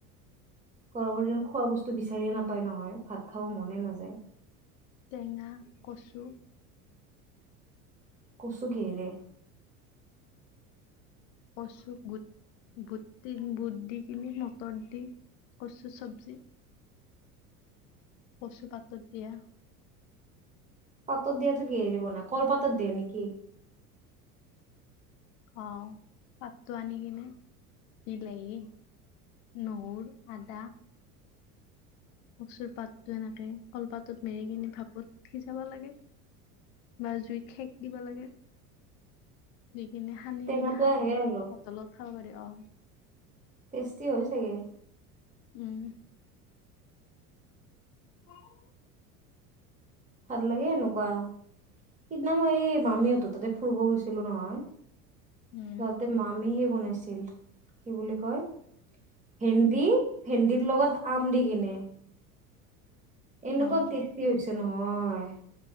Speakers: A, on the right (about 15°); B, on the left (about 60°).
A: গৰমৰ দিনত খোৱা বস্তু বিচাৰিয়ে নাপায় নহয়। ভাত খাব মনে নাযায়।
B: টেঙা, কচু।
A: কচু কিহেৰে?
B: কচু বুট, বুট, বুট দি কিনি, মটৰ দি কচু চব্জি। কচু পাতত দিয়া।
A: পাতত দিয়াটো কিহেৰে বনা? কলপাতত দিয়ে নেকি?
B: অ, পাতটো আনি কিনে বিলাহী, নহৰু, আদা কচুৰ পাতটো এনেকে কলপাতত মেৰি কিনে ভাপত সিজাব লাগে বা জুইত খেক দিবা লাগে। স কিনে সানি
A: টেঙাটো
B: কিনে খাং।
A: আহে আৰু
B: ভাতৰ লগত খাব পাৰি। অ।
A: টেষ্টি হয়। চাগে
B: উম। <inaudible>
A: ভাল লাগে এনেকুৱা সিদনা খন মই এই মামীহঁতৰ তাতে ফুৰব' গৈছিলো নহয়।
B: উম
A: যাওঁতে মামী হেই বনাইছে। কি বুলি কয় ভেন্দি ভেন্দিৰ লগত আম দি কিনে। এনকোবা
B: অ
A: তেছতি হয়ছে। চে নহয়।